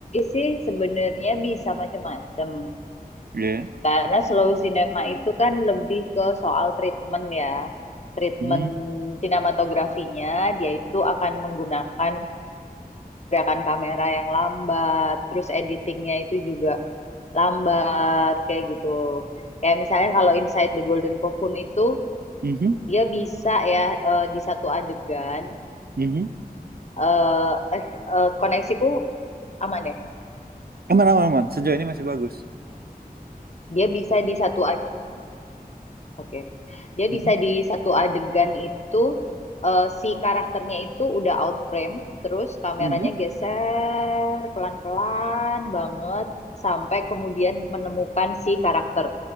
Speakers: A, on the left (about 45°); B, on the right (about 75°).
A: sih sebenarnya bisa macam-macam.
B: Iya.
A: Karena slow cinema itu kan lebih ke soal treatment ya. Treatment
B: Mhm,
A: sinematografinya dia itu akan menggunakan gerakan kamera yang lambat, terus editingnya itu juga lambat kayak gitu. Kayak misalnya kalau Inside the Golden Cocoon itu
B: mhm,
A: dia bisa ya eh, di satu adegan
B: mhm.
A: eh eh, eh, koneksiku aman ya.
B: Aman, aman, aman. Sejauh ini masih bagus.
A: Dia bisa di satu Oke. Dia
B: Mhm,
A: bisa di satu adegan itu eh, si karakternya itu udah out frame, terus kameranya
B: mhm.
A: geser pelan-pelan banget sampai kemudian menemukan si karakter